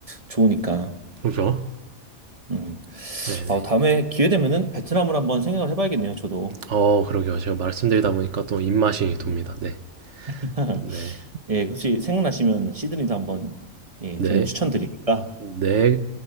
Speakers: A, on the right (about 25°); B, on the right (about 60°).
A: 좋으니까
B: 그죠?
A: 음.
B: 네네.
A: 아, 다음에 기회 되면은 베트남을 한번 생각을 해봐야겠네요 저도
B: 어, 그러게요. 제가 말씀드리다 보니까 또 입맛이 돕니다.
A: 네.
B: 네.
A: <laughs>
B: 네.
A: 예 혹시 생각나시면 시드니도 한번 예
B: 네.
A: 저는 추천드리니까
B: 네.